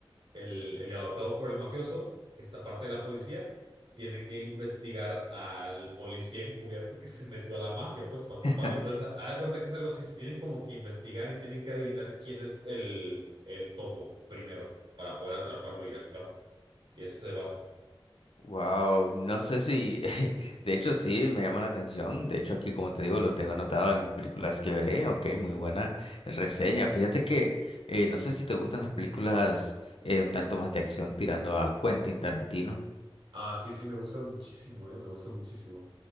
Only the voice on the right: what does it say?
el, el adoptado por el mafioso, que está parte de la policía, tiene que investigar al policía encubierto que se metió a la mafia, pues para
atraparlo. Entonces, ha- haz de cuenta que es algo así, se tienen como que investigar y tienen que adivinar quién es el, el topo primero para poder atraparlo y actuar. Y eso se basa.
Ah, sí, sí, me gusta muchísimo, eh, me gusta muchísimo.